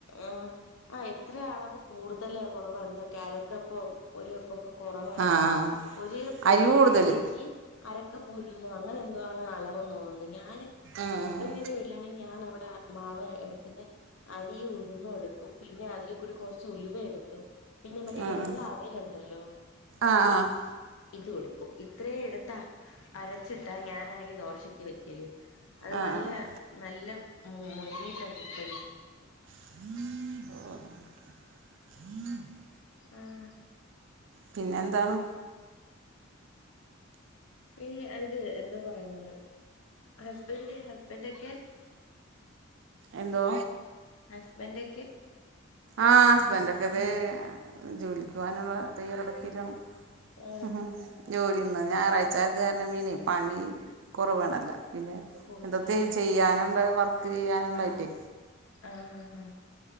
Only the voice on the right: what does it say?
ആഹ് ആഹ്
അരി
കൂടുതല്
ആഹ്
ആഹ്
ആഹ് ആഹ് ആഹ്
ആഹ് ആഹ്
ആഹ്
<inaudible>
പിന്നെ എന്താണ്
എന്തോ
ആഹ് ഹസ്ബന്റ് ഒക്കെ ദേ ജോലിക്കുപനുള്ള തയ്യറെടുപ്പിലാണ്
ഉം ജോലിന്ന് ഞായറാഴ്ച അത് കാരണം മീനേ പണി കുറവേണല്ല പിന്നെ
എന്തൊക്കെയ
ചെയ്യാനുണ്ട് വർക്ക് ചെയ്യാനുണ്ടായിട്ടേ